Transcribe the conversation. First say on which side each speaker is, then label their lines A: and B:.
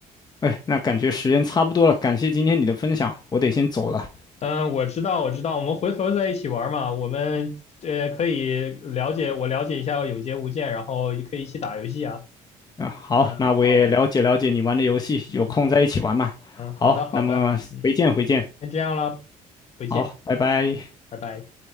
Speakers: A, on the left (about 30°); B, on the left (about 50°).
A: 哎，那感觉时间差不多了，感谢今天你的分享，我得先走了。
B: 嗯，我知道，我知道，我们回头在一起玩嘛，我们呃可以了解，我了解一下《永劫无间》，然后也可以一起打游戏啊。
A: 啊，好，
B: 嗯，
A: 那我也了解了解你玩的游戏，
B: 好，嗯
A: 有空再一起玩嘛。
B: 嗯，好的，
A: 好，
B: 好的，
A: 那么回见回见，
B: 嗯，先这样了，回见，
A: 好，拜拜。
B: 拜拜。